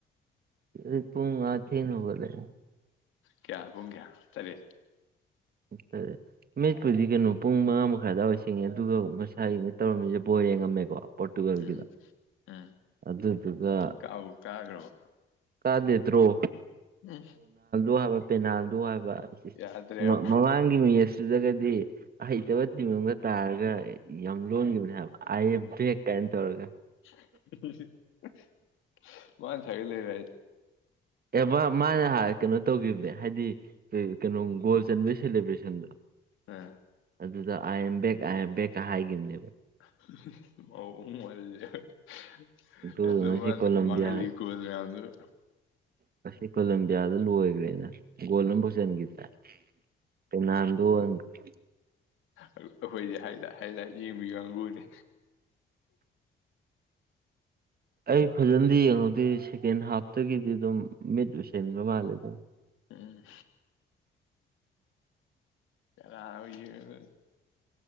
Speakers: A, on the right; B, on the left.
A: ꯑꯗꯨꯗꯤ ꯄꯨꯡ ꯑꯥ ꯊꯦꯡꯅ ꯍꯧꯒꯠꯂꯦ
B: ꯀꯌꯥ ꯄꯨꯡ ꯀꯌꯥ ꯇꯔꯦꯠ
A: <unintelligible> ꯃꯤꯠꯄꯨꯗꯤ ꯀꯩꯅꯣ ꯄꯨꯡ ꯃꯉꯥ ꯃꯈꯥꯏ ꯑꯗꯥꯏꯋꯥꯏ ꯁꯤꯡꯉꯦ ꯑꯗꯨꯒ ꯉꯁꯥꯏ ꯇꯧꯔꯝꯃꯤꯖꯦ ꯕꯣꯜ ꯌꯦꯡꯉꯝꯃꯦꯀꯣ ꯄꯣꯔꯇꯨꯒꯜꯒꯤꯗꯣ
B: ꯎꯝ ꯎꯝ
A: ꯑꯗꯨꯗꯨꯒ
B: ꯀꯥꯕꯨ ꯀꯥꯈ꯭ꯔꯕ
A: ꯀꯥꯗꯦ ꯗ꯭ꯔꯣ
B: ꯎꯝ
A: <unintelligible> ꯍꯥꯏꯕ ꯄꯦꯅꯥꯜꯗꯣ ꯍꯥꯏꯕ
B: ꯌꯥꯗ꯭ꯔꯦꯞ
A: ꯃ- ꯃꯃꯥꯡꯒꯤ ꯃꯦꯁꯇꯨꯗꯒꯗꯤ ꯑꯍꯩꯇꯕ ꯇꯤꯝ ꯑꯝꯒꯥ ꯇꯥꯔꯒ ꯌꯥꯝ ꯂꯣꯟꯒꯤꯕꯅꯦ ꯍꯥꯏꯕ ꯑꯥꯏ ꯌꯦꯝ ꯕꯦꯛ ꯀꯩꯅꯣ ꯇꯧꯔꯒ
B: <unintelligible>
A: ꯑꯦ ꯃꯥ ꯃꯥ ꯉꯍꯥꯟ ꯀꯩꯅꯣ ꯇꯧꯒꯤꯕꯅꯦ ꯍꯥꯏꯗꯤ ꯀꯩꯅꯣ ꯒꯣꯜ ꯆꯟꯕꯒꯤ ꯁꯦꯂꯦꯕ꯭ꯔꯦꯁꯟꯗꯣ
B: ꯑꯥ
A: ꯑꯗꯨꯗ I am back I am ꯕꯦꯛꯀ ꯍꯥꯏꯒꯤꯕꯅꯦꯕ
B: <unintelligible>
A: ꯑꯗꯨꯒ
B: ꯑꯗꯨ
A: ꯉꯁꯤ
B: ꯃꯥꯅ
A: ꯀꯣꯂꯝꯕꯤꯌꯥ
B: ꯃꯥꯡꯍꯟꯂꯤ ꯒꯣꯜ ꯃꯌꯥꯝꯗꯨꯒ
A: ꯉꯁꯤ ꯀꯣꯂꯝꯕꯤꯌꯥꯗ ꯂꯣꯏꯒ꯭ꯔꯦꯅꯦ ꯒꯣꯜ ꯑꯝꯕꯧ ꯆꯟꯒꯤꯗ꯭ꯔꯦ <unintelligible>
B: ꯑꯩꯈꯣꯏꯗꯤ ꯍꯥꯏ ꯍꯥꯏꯂꯥꯏꯠ ꯌꯦꯡꯕꯤ ꯀꯥꯡꯒꯨꯅꯦ
A: ꯑꯩ ꯐꯖꯅꯗꯤ ꯌꯦꯡꯍꯧꯗꯦ ꯁꯦꯀꯦꯟ ꯍꯥꯐꯇꯒꯤꯗꯤ ꯑꯗꯨꯝ ꯃꯤꯠ ꯎꯏꯁꯤꯟꯕ ꯃꯥꯜꯂꯦ ꯑꯗꯨꯝ
B: ꯎꯝ ꯀꯅꯥꯅꯣ ꯌꯦꯡꯉꯒꯥ